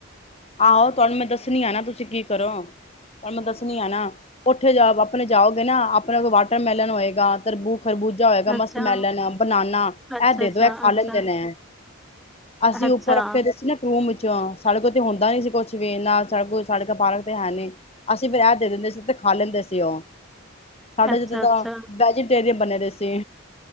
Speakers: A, on the left (about 30°); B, in the centre.
A: ਆਹੋ ਤੁਹਾਨੂੰ ਮੈਂ ਦੱਸਣੀ ਆ ਨਾ ਤੁਸੀਂ ਕੀ ਕਰੋ। ਤੁਾਨੂੰ ਮੈਂ ਦੱਸਣੀ ਆ ਨਾ ਕੋਠੇ ਜਾ ਆਪਣੇ ਜਾਓਗੇ ਨਾ, ਆਪਣੇ ਕੋਲ ਵਾਟਰਮੈਲਨ ਹੋਏਗਾ ਤਬੂ ਖਰਬੂਜਾ ਹੋਏਗਾ, ਮਸਤ
B: ਅੱਛਾ
A: ਮੈਲੈਣ,, ਬਨਾਨਾ
B: ਅੱਛਾ
A: ਇਹ ਦੇ
B: ਅੱਛਾ
A: ਦੋ ਇਹ ਖਾ
B: ਅੱਛਾ
A: ਲੈਂਦੇ ਨੇ। ਅਸੀਂ
B: ਅੱਛਾ
A: ਉੱਪਰ ਰੱਖੇ ਦੇ ਸੀ ਨਾ ਕੂਮ ਵਿੱਚ ਸਾਡੇ ਕੋ ਹੁੰਦਾ ਨੀ ਸੀ ਕੁਛ ਵੀ ਨਾ ਸ ਸਾਡੇ ਘਰ ਪਾਰਕ ਤੇ ਹੈ ਨੀ, ਅਸੀਂ ਫਿਰ ਇਹ ਦੇ ਦਿੰਦੇ ਸੀ ਤੇ ਖਾ ਲੈਂਦੇ ਸੀ ਉਹ। ਸਾਡੇ
B: ਅੱਛਾ
A: ਜਿੱਦਾਂ ਦਾ
B: ਅੱਛਾ
A: ਵੈਜੀਟੇਰੀਅਨ ਬਣੇ ਦੇ ਸੀ।